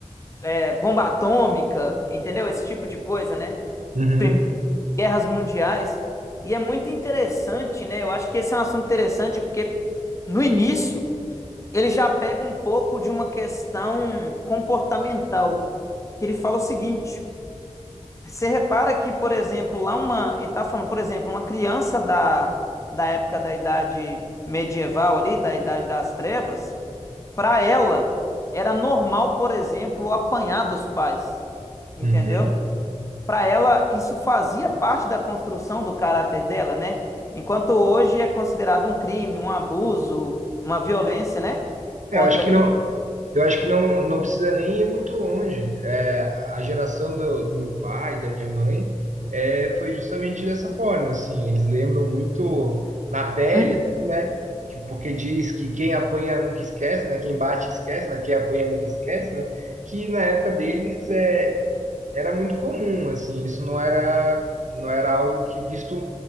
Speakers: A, on the left; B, on the right.
A: é, bomba atômica, entendeu? Esse tipo de coisa, né?
B: Uhum,
A: Prim- Guerras mundiais. E é muito interessante, né? Eu acho que esse é um assunto interessante porque no início ele já pega um pouco de uma questão comportamental, que ele fala o seguinte: você repara que, por exemplo, lá uma. Ele está falando, por exemplo, uma criança da, da época da idade medieval ali, da idade das trevas, para ela era normal, por exemplo, apanhar dos pais. Entendeu?
B: uhum.
A: Para ela, isso fazia parte da construção do caráter dela, né? Enquanto hoje é considerado um crime, um abuso, uma violência, né? Contra
B: É, eu acho que
A: a criança
B: não, Eu acho que não, não precisa nem ir muito longe. É, a geração do, do meu pai, da minha mãe, é, foi justamente dessa forma, assim. Eles lembram muito na pele,
A: Hum.
B: assim, né? Que- Porque diz que quem apanha nunca esquece, né? Quem bate esquece, né? Quem apanha nunca esquece, né? Que na época deles é, era muito comum, assim. Isso não era, não era algo que visto